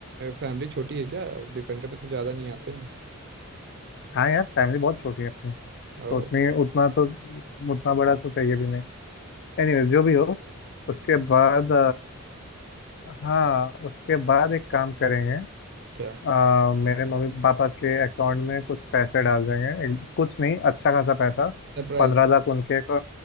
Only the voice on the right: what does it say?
फैमिली छोटी है क्या डिफेंडर में तो ज्यादा नहीं आते हैं
ओ
क्या
सरप्राइज